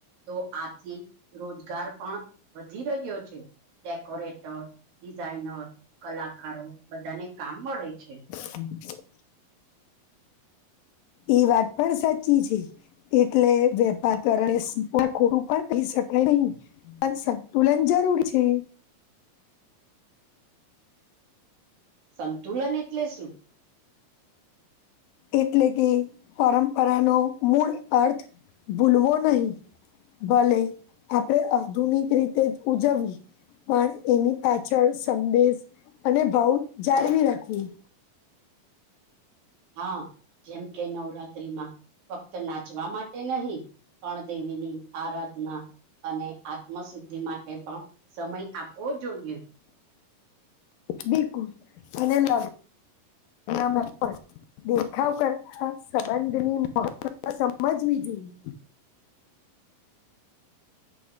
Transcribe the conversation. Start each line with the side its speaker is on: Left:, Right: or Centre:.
Right: તો આથી રોજગાર પણ વધી રહ્યો છે, ડેકોરેટર ડિઝાઇનર કલાકારો બધાને કામ મળે છે.
Left: હમ્મ એ વાત પણ સાચી છે. એટલે વેપાર કરને સ ખોડું પણ થઈ શકાય નહી અને સ તુલન જરૂરી છે.
Right: સંતુલન એટલે શું
Left: એટલે કે પરંપરાનો મૂળ અર્થ ભૂલવો નહી ભલે આપણેે આધુનિક રીતે જ ઉજવવી પણ એની પાછળ સંદેશ અને ભાવ જાળવી રાખવું
Right: હા, જેમ કે નવરાત્રીમાં ફક્ત નાચવા માટે નહી. પણણદેવીની આરાધના અને આત્મ શુદ્ધિ માટે પણ સમય આપવો જોઈએ
Left: બિલકુલ મને લાગે દેખાવ કરતા સંબંધની મહત્વતા સમજવી જોઈએ